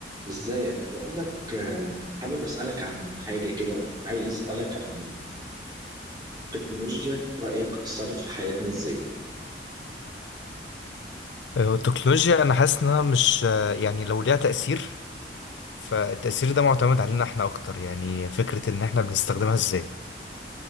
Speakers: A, on the right; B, on the left.
A: ازيك بقول لك حابب اسالك عن حاجه كده عايز اسالك عن التكنولوجيا رايك اثرت في حياتنا ازاي
B: هو التكنولوجيا انا حاسس انها مش يعني لو ليها تأثير فالتأثير ده معتمد علينا احنا اكتر يعني فكرة ان احنا بنستخدمها ازاي